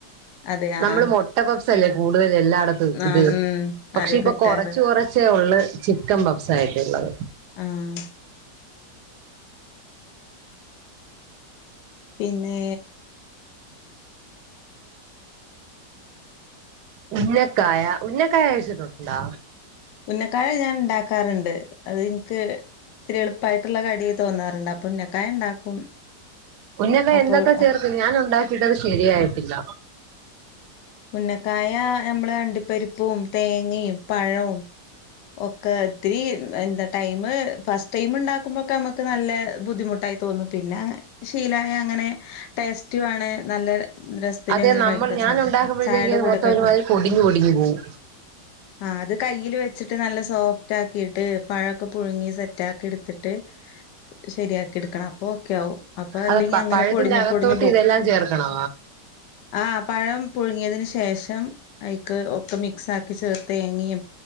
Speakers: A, on the left; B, on the right.
A: അതെ
B: നമ്മള്
A: ആഹ്
B: മൊ ട്ട പഫ്സ് അല്ലെ കൂടുതൽ എല്ലാട ത്ത്
A: ആഹ്
B: ഇത്
A: ഉം
B: പക്ഷെ
A: അത്
B: ഇപ്പൊ
A: കിട്ടാറ്
B: കുറച്ച് കുറച്ചേ ഉള്ളു ചിക്കൻ പഫ്‌സായിട്ടുള്ളത്
A: ആഹ് പിന്നെ
B: ഉന്നക്കായ ഉന്നക്കായ കഴിച്ചിട്ടുണ്ടാ
A: ഉന്നക്കായ ഞാൻ ഉണ്ടാക്കാറുണ്ട് അത് എനിക്ക് ഇത്തിരി എളുപ്പായിട്ടുള്ള കടിയ തോന്നാറുണ്ട് അപ്പോ ഉന്നക്കായ ഉണ്ടാക്കും
B: ഉന്നക്കായ
A: അപ്പോൾ
B: എന്തൊക്കെ ചേർക്കും ഞാൻ ഉണ്ടാക്കിട്ടത് ശരിയായിട്ടില്ല
A: ഉന്നക്കായ നമ്മള് അണ്ടി പരിപ്പും തേങ്ങയും പഴവും ഒക്കെ ഒത്തിരി എന്താ ടൈമ് ഫസ്റ്റ് ടൈമ് ഉണ്ടാക്കുമ്പോൊക്കെ നമ്മുക്ക് നല്ല ബുദ്ധിമുട്ടായി തോന്നും പിന്നെ ശീലായ അങ്ങനെ ടേസ്റ്റു വേണെ നല്ല രസ് തുല്ല്യ
B: അതെ
A: എങ്ങനെ
B: നമ്മൾ
A: കഴിക്കച്ചാ
B: ഞാൻ ഉണ്ടാക്കുമ്പോഴത്തേക്ക്
A: ചായയുടെ
B: അത്
A: കൂടെ
B: മൊത്തം
A: കഴിക്ക
B: ഒരുമാതിരി പൊടിഞ്ഞു പൊടിഞ്ഞു പോവും
A: ആഹ് അത് കയ്യില് വെ വെച്ചിട്ട് നല്ല സോഫ്റ്റാക്കീട്ട് പഴൊക്കെ പുഴുങ്ങി സെറ്റാക്കി എടുത്തിട്ട് ശരിയാക്കി എടുക്കണം അപ്പൊ ഓക്കെ ആവും അപ്പൊ അല്ലെങ്കി
B: അത് പ
A: അങ്ങനെ
B: പഴത്തിന്റെ
A: പൊടിഞ്ഞ്
B: അകത്തോട്ട്
A: പൊടിഞ്ഞ് പോവും
B: ഇതെല്ലാം ചേർക്കണോ
A: ആ പഴം പുഴുങ്ങിയതിന് ശേഷം ഐക്ക് ഒക്കെ മിക്സ് ആക്കി ചേർത്ത് തേങ്ങയും